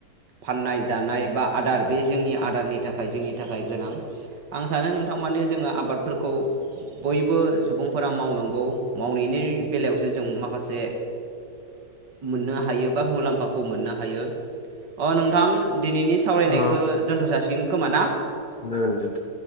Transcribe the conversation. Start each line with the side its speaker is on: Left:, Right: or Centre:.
Right: फाननाय जानाय बा आदार बे जोंनि आदारनि थाखाय जोंनि थाखाय गोनां आं सानो नोंथां माने जोङो आबादफोरखौ बयबो सुबुंफोरा मावनांगौ मावनायनि बेलायावसो जों माखासे मोननो हायो बा मुलाम्फाखौ मोननो हायो अ नोंथां दिनैनि सावरायनायखौ
Left: अ
Right: दोनथ' जाासिगोन खोमा ना
Left: जागोन दे नोंथां।